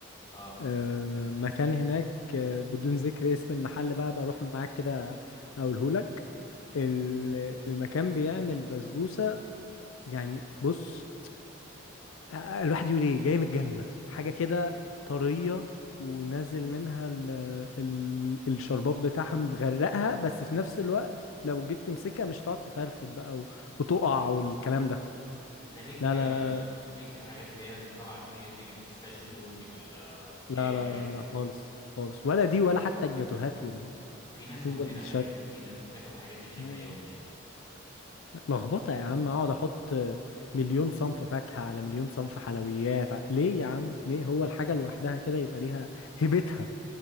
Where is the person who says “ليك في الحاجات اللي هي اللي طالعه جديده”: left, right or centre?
Left